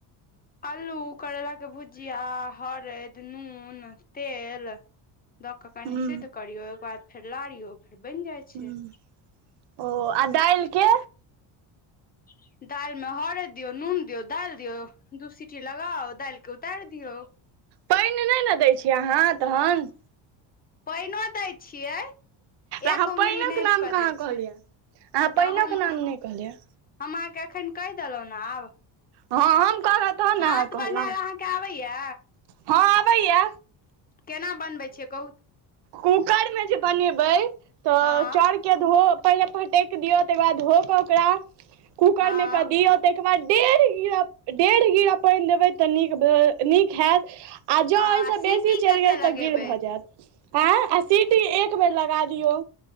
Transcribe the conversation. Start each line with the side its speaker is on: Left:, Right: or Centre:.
Left: अल्लू करैलाके भुजिया हरदि नून तेल दऽ कऽ कनि
Right: हूँ
Left: सिद्ध करियौ ओहिकर बाद फेर लारियौ फेर बनि जाइ
Right: हूँ
Left: छै
Right: ओ आ दालि के
Left: <unintelligible> दालिमे हरैद दियौ नून दियौ दालि दियौ दू सीटी लगाउ दालिके उतारि दियौ
Right: पानि नहि ने दै छियै अहाँ तहन
Left: पाइनो दै छियै एक
Right: अहाँ
Left: ओगंरीनापि
Right: पानिक नाम
Left: कऽ
Right: कहाँ
Left: दै छै
Right: कहलियै अहाँ
Left: तऽ
Right: पानिक
Left: हम
Right: नाम
Left: हम
Right: नहि कहलियै
Left: अहाँके एखन कहि देलहुँ ने आब
Right: हँ हम कहलहुँ तहन ने
Left: भात
Right: अहाँ कहलहुँ
Left: बनायल अहाँके आबैए
Right: हँ अबैया
Left: केना बनबै छियै कहूत
Right: कूकर मे जे बनेबै तऽ
Left: हँ
Right: चौरके धो पहि पटक दियऔ त बाद ध के ओकरा कूकर
Left: हँ
Right: मे क दियऔ त बाद डेढ़ गीरा पानि देबै तऽ नीक नीक होयैत आ जो
Left: हँ
Right: एहय स
Left: आ सीटी
Right: बेसी चलि
Left: कते
Right: गेल
Left: लगेबै
Right: तऽ गील भ जायत आ आ सीटी एक बेर लागत लगा दियौ